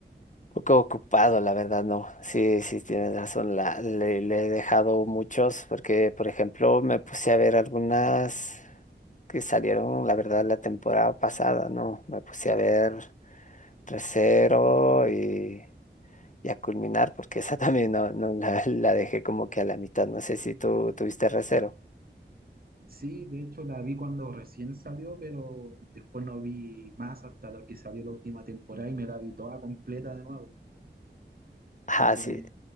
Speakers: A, on the left; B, on the right.
A: un poco ocupado, la verdad, no. Sí, sí, tienes razón. La, le, le he dejado muchos porque, por ejemplo, me puse a ver algunas que salieron, la verdad, la temporada pasada, ¿no? Me puse a ver Recero y, y a culminar porque esa <laughs> también no, no la, la dejé como que a la mitad. No sé si tú tuviste Recero.
B: sí, de hecho la vi cuando recién salió, pero después no vi más hasta lo que salió la última temporada y me la vi toda completa de nuevo.
A: Ah,
B: Así que
A: sí,
B: me,